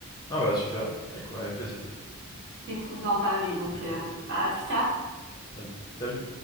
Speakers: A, on the left; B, on the right.
A: Ah bah, super. Avec, ouais, avec plaisir.
B: C'était cool d'en parler, donc
A: C'était cool.
B: euh, bah, à plus tard.
A: Vas-y. Salut.